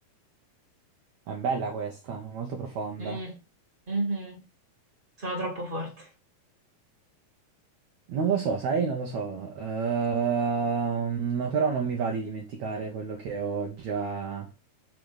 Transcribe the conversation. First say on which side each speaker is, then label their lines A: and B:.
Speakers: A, on the right; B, on the right.
A: è bella questa, molto profonda.
B: Mm, mhm, Sono troppo forte.
A: Non lo so, sai, non lo so. Ehm, però non mi va di dimenticare quello che ho già,